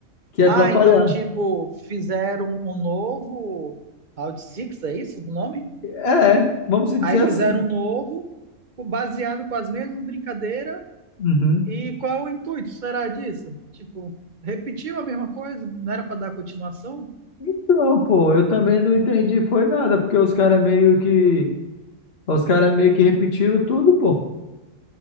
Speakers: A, on the left (about 50°); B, on the right (about 40°).
A: Quer
B: Ah,
A: atrapalhar.
B: então, tipo, fizeram um novo Round Six, é isso o nome?
A: É, vamos se dizer
B: Aí fizeram
A: assim.
B: um novo, co- baseado com as mesmas brincadeiras,
A: Uhum.
B: e qual é o intuito, será disso? Tipo, repetiu a mesma coisa? Não era pra dar continuação?
A: Então, pô, eu também não entendi, foi nada, porque os caras meio que, os caras meio que repetiram tudo, pô.